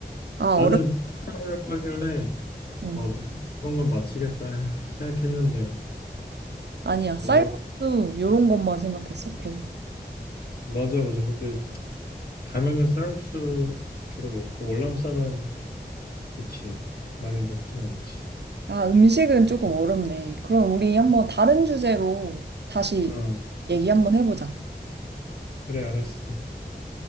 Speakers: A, on the right; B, on the left.
A: 아,
B: 나는
A: 어렵네.
B: 쌀이라고 하길래
A: 어.
B: 아, 조만간 맞히겠다 생각했는데
A: 아니야, 쌀국수
B: 어려
A: 요런 것만 생각했어, 계속.
B: 맞아 맞아. 근데 가면은 쌀국수 주로 먹고 월남쌈은 그치 많이 먹진 않지.
A: 아, 음식은 조금 어렵네. 그럼 우리 한번 다른 주제로 다시
B: 어,
A: 얘기 한번 해보자.
B: 그래 알았어.